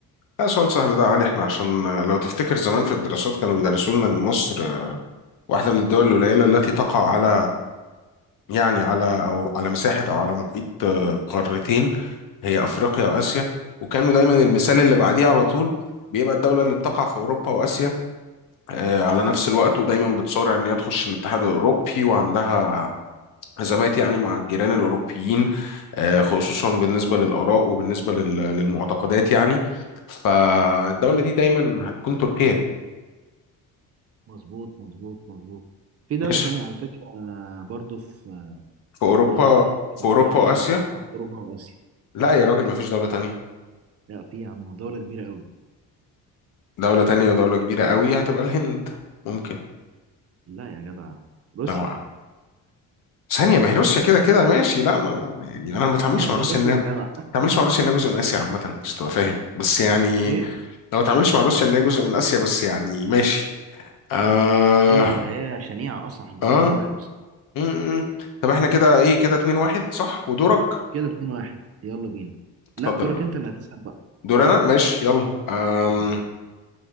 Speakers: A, on the left; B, on the right.
A: ده سؤال سهل ده يا علي احنا عشان آه، لو تفتكر زمان في الدراسات كانوا بيدرسوا لنا إن مصر آه، واحدة من الدول القليلة التي تقع على يعني على أو على مساحة أو على محيط آه، قارتين هي أفريقيا وآسيا وكانوا دايما المثال اللي بعديه على طول بيبقى الدولة اللي بتقع في أوروبا وآسيا آه، على نفس الوقت ودايما بتصارع ان هي تخش الاتحاد الاوروبي وعندها ازمات يعني مع الجيران الاوروبيين آه، خصوصا بالنسبه للاراء وبالنسبه لل- للمعتقدات يعني فالدوله دي دايما هتكون تركيا
B: مظبوط مظبوط مظبوط في دولة
A: ماشي
B: تانية على فكرة آه، برضو في آه،
A: في اوروبا
B: الاتنين
A: في اوروبا
B: اه في
A: واسيا
B: بقى في اوروبا واسيا
A: لا يا راجل ما فيش دوله تانية
B: لا في يا عم دولة كبيرة قوي
A: دوله تانية ودوله كبيره قوي هتبقى الهند ممكن
B: لا يا جدع روسيا
A: طبعا ثانية ما هي روسيا كده كده ماشي لا ما انا ما- يعني انا ما بتعاملش
B: <laughs>
A: مع روسيا
B: روسيا
A: انها ما
B: يا جدع
A: بتعاملش مع روسيا انها جزء من اسيا عامة مش تبقى فاهم بس يعني
B: ايه
A: لو ما تعملش مع روسيا ان هي جزء من اسيا بس يعني ماشي اه
B: هي هي شنيعة اصلا حجمها
A: اه
B: مرعب بصراحة.
A: م- م. طب احنا كده ايه كده 2 1 صح ودورك
B: كده اتنين واحد يلا بينا
A: اتفضل
B: لا دورك
A: يا باشا
B: انت اللي هتسأل بقى
A: دور انا ماشي يلا آم.
B: اه